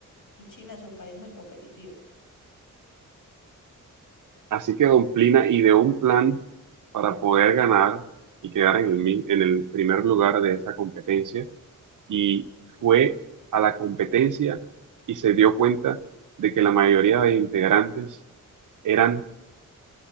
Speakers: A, on the left; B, on the right.
A: Y China es un país muy competitivo.
B: Así que Don Plina ideó un plan para poder ganar y quedar en el, mi- en el primer lugar de esa competencia. Y fue a la competencia y se dio cuenta de que la mayoría de integrantes eran